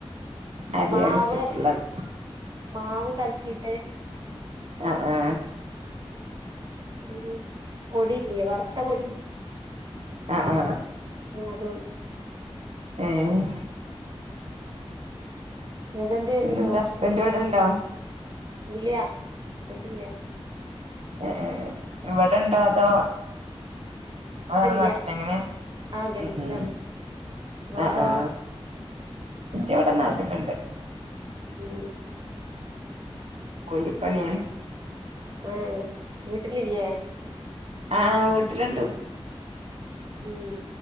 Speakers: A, on the right; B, on the right.
A: അരി
B: മാവ്
A: അരച്ചിട്ടുള്ളത്
B: മാവ് കൽക്കി ട്ട്
A: അ ആ
B: ഉം ഹു പൊടില്ലെ വറുത്ത പൊടി
A: ആ ആ
B: ആ അതോണ്ട്
A: ഏഹ്
B: നിങ്ങക്ക് എന്തേരുന്നു
A: പിന്നെ എന്താ ഹസ്ബന്റ് ഇവിടെണ്ടോ
B: ഇല്ല്യാ കണ്ടില്ലാ
A: ഏ ഇവിടെണ്ടോ അതോ വേറെ
B: ഇല്ല
A: നാട്ടിലൊ എങ്ങനെ
B: ആ ഗൾഫിലാണ്
A: ഉം ഉം
B: ഇങ്ങളതോ
A: ആഹ് ആ ഇന്റെവിടെ നാട്ടില്ണ്ട്
B: ഉം
A: പൊള്ളി പനിയേനി
B: ആഹ് വീട്ടിലില്ലെ
A: ആഹ് ഹാ വീട്ടിലിണ്ട്
B: ഉം